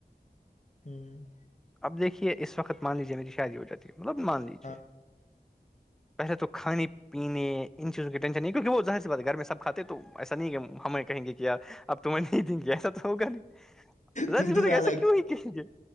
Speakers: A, on the left (about 50°); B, in the centre.
A: ہوں
B: اب دیکھیے اس وقت مان لیجے میری شادی ہو جاتی ہے مطلب مان لیجیے
A: ہاں
B: پہلے تو کھانے پینے ان چیزوں کے ٹینشن نہیں کیونکہ وہ ظاہر س بات گھر میں سب کھے تو ایسا نہیں ہے ہمیں کہیں گے کہیارب تمہیں نہیں دیں گی ایسا تو ہوگا نہیں ذر
A: تم
B: اس
A: دونوں
B: میںک ایسا
A: الگ
B: کیوں ہی کہیں گے